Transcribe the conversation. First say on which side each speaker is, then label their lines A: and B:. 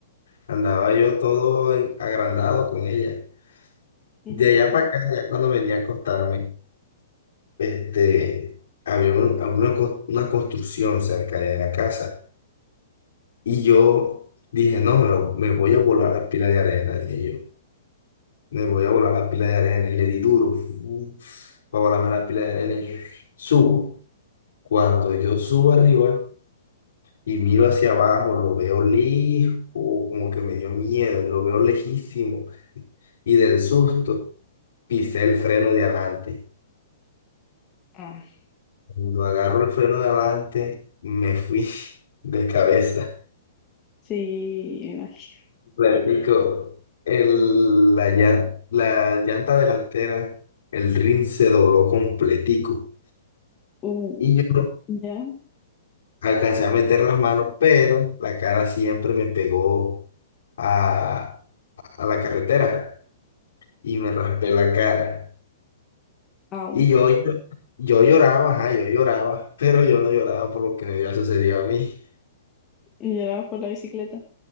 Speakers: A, on the left (about 75°); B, on the left (about 20°).
A: Andaba yo todo en- agrandado con ella.
B: ujú.
A: De allá para acá, ya cuando venía a acostarme, este, había un- una, cos- una construcción cerca de la casa. Y yo dije, no, me, lo- me voy a volar la pila de arena, dije yo. Me voy a volar la pila de arena. Y le di duro, fu- para volarme la pila de arena. Y subo. Cuando yo subo arriba y miro hacia abajo, lo veo lejos, como que me dio miedo, lo veo lejísimo. Y del susto. pisé el freno de adelante.
B: Ah,
A: Cuando agarro el freno de adelante, me fui <laughs> de cabeza.
B: sí, me imagino.
A: Platico, el, la, llan- la llanta delantera, el rin se dobló completico.
B: Uh,
A: Y yo
B: ¿ya?
A: alcancé a meter las manos, pero la cara siempre me pegó a, a la carretera y me raspé la cara.
B: Au.
A: Y yo, yo yo lloraba, ajá, yo lloraba, <laughs> pero yo no lloraba por lo que me había sucedido a mí.
B: Y Lloraba por la bicicleta.